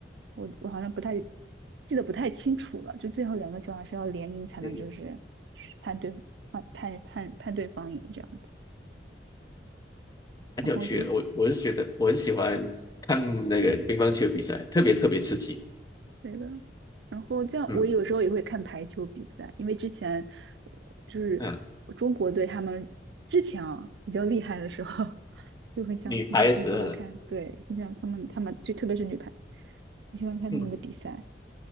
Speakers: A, on the right; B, on the left.
A: 我我好像不太记得不太清楚了，就最后两个球还是要连赢才能就是
B: 对
A: 判对判判判判对方赢这样子，
B: 很有趣的。
A: 然后就
B: 我我是觉得我很喜欢看那个乒乓球比赛，特别特别刺激。
A: 对的，然后这样我有时候也会看排球比赛，
B: 嗯
A: 因为之前就是
B: 嗯，
A: 中国队他们之前啊比较厉害的时候，<laughs> 就很想很想很喜欢看，
B: 女排的时候呢，
A: 对，很想他们他们就特别是女排，很喜欢看他们的比赛。
B: 嗯